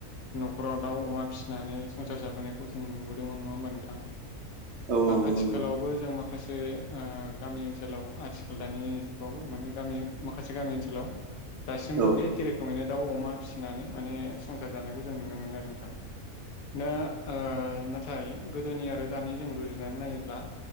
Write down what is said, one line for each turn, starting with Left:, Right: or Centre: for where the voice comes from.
Left: न'खराव दाउ अमा फिसिनानै संसार जाबोनायखौ जों नुबोदोंमोन नङा होमबा नोंथां।
Right: औ औ नंगौ
Left: आथिखालावबो
Right: नंगौ
Left: जों माखासे ओ गामि ओनसोलाव आथिखाल दानि जुगावबो माने गामि माखासे गामि ओनसोलाव दासिमबो
Right: औ
Left: बे एखे रोखोमैनो दाउ अमा फिसिनानै माने संसार जानायखौ जों नुनो मोनो आरो नोंथां। दा नाथाय गोदोनि आरो दानि जों रुजुनानै नायोब्ला